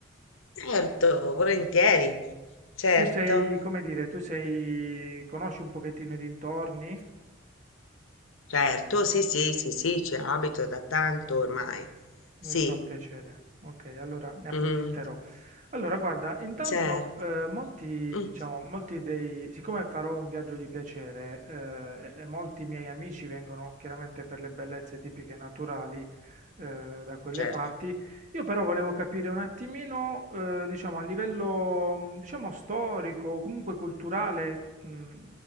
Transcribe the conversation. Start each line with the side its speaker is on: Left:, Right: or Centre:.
Left: Certo, volentieri. Certo,
Right: Tu sei, come dire, tu sei, conosci un pochettino i dintorni?
Left: certo, sì, sì, sì, sì, ci abito da tanto ormai. Sì,
Right: Mi fa piacere. Ok, allora ne approfitterò.
Left: mm,
Right: Allora, guarda, intanto
Left: certo,
Right: eh, molti,
Left: mm,
Right: diciamo, molti dei, siccome farò un viaggio di piacere eh, e e molti miei amici vengono chiaramente per le bellezze tipiche naturali eh, da quelle
Left: certo.
Right: parti, io però volevo capire un attimino, eh, diciamo, a livello, mh, diciamo, storico, o comunque culturale, mh,